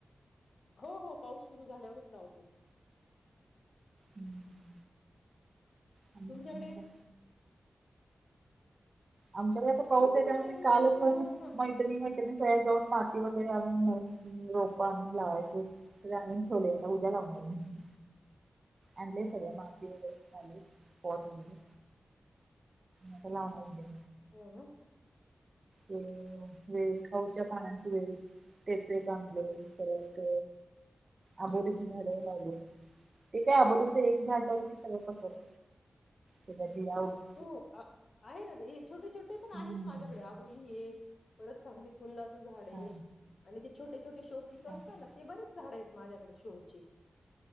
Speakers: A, on the left; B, on the right.
A: हो हो, पाऊस सुरू झाल्या वरच लावते.
B: हम्म, आणि
A: तुमच्याकडे
B: अजून काय? आमच्याकडे आता पाऊस
A: कुणी
B: आहे,
A: कुणी
B: त्यामुळे
A: नोव्हेंबर
B: मी कालच
A: डिसेंबर म-
B: मैत्रिणी मैत्रिणी सगळ्या जाऊन माती वगैरे, आणून बाहेरची रोप आणून लावायचेत. काल आणून ठेवलोय, आता उद्या लावणार मी. आणलयं सगळं माती वगैरे, खाली पॉट वगैरे. आता लावणार उद्या.
A: हो ना.
B: ह ह, वेल खाऊच्या पाणांची वेल तेच एक आणलय परत आबोलीची झाड लावलीयेत, ते काय आबोलीच एक झाड लावलं की, सगळं पसरतयं. तेच्यात बिया <unintelligible>
A: हो आहे ना, छोटे छोटे पण
B: हम्म
A: आहेत माझ्याकडे आबोली ये परत सांगते. कुंदाचं झाडे
B: हा
A: आहे, आणि ते छोटे छोटे शो पीस
B: हा
A: असतात
B: हा
A: ना, ते बरेच झाडे आहेत. माझ्याकडे शो ची